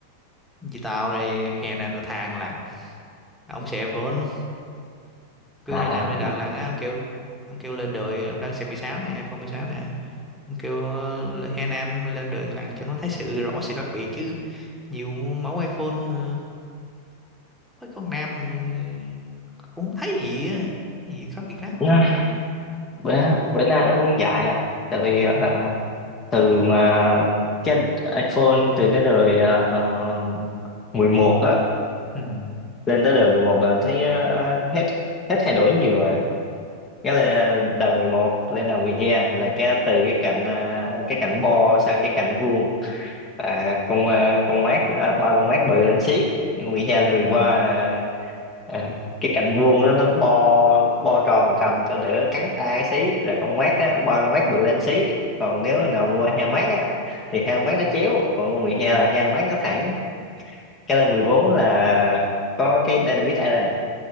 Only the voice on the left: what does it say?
à,
nha, bữa bữa nay nó cũng dại à tại vì ờ, từ mà cái iPhone từ cái đời ờ, ờ, 11 á
lên tới đầu 11 là thấy ờ, ờ, hết hết thay đổi nhiều rồi cái là đầu 11 lên đầu 12 là cái từ cái cạnh ờ, cái cạnh bo sang cái cạnh vuông à con ờ, con mát ờ, ba con mát bự lên xí mười hai lên
mười ba là ờ, cái cạnh vuông đó nó bo bo tròn cầm cho đỡ cắn tay xí rồi con mát á, ba con mát bự lên xí còn nếu thằng nào mua heo mát á thì heo mát nó chéo còn con 12 là heo mát nó thẳng cái lên 14 là có cái Dynamite Island